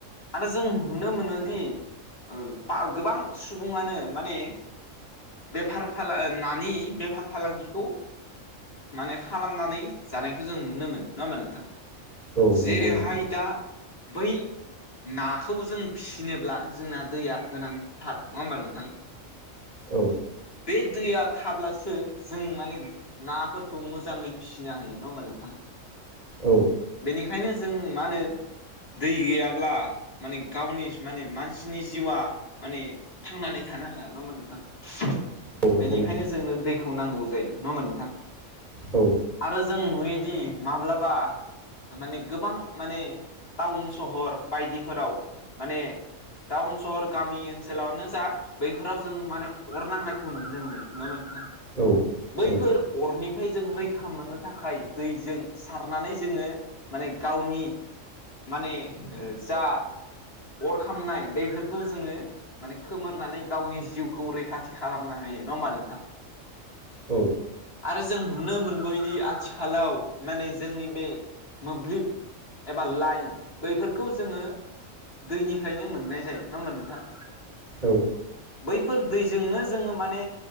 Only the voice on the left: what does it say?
आरो जों नुनो मोनोदि ओब बा गोबां सुबुङानो माने बेफार फाला -नानि बेफार फालांगिखौ माने खालामनानै जानायखौ जों नुनो मोनो नङा होमा नोंथां
जेरैहाय
दा बै नाखौ जों फिसिनोब्ला जोंना दैया गोनांथार नङा होमबा नोंथां? फेफौ <unintelligible>
बे दैया थाब्लासो जों माने नाफोरखौ मोजाङै फिसि फिसिना होयो नङा होमबा नोंथां।
बेनिखायनो जों मा होनो दै गैयाब्ला माने गावनि माने मानसिनि जिउआ माने थांनानै थानो हाया नङा होमबा नोंथां
बेनिखायनो
जोंनो दैखौ नांगौ जायो नङा होमबा नोंथां।
आरो जों जुयोदि माब्लाबा माने गोबां माने टाउन सहर बायदिफोराव माने टाउन सहर गामि ओनसोलावानो जा बैफोराव जों माने अरनांनायखौ नुनो मोनो नङा नोंथां?
बैफोर
अरनिफ्राय जों रै मोननो थाखाय दैजों सारनानै जोङो माने गावनि माने जा अर खामनाय बैफोरखौ जोङो माने खोमोरनानै गावनि जिउखौ रैखाथि खालामनो हायो नङा होमबा नोंथां?
आरो जों नुनो मोनबोयदि आथिखालाव माने जोंनि बे मोब्लिब एबा लाइन बैफोरखौ जोङो दैनिफ्रायनो मोननाय जायो नङा होमबा नोंथां
बैफोर दैजोंनो जोङो माने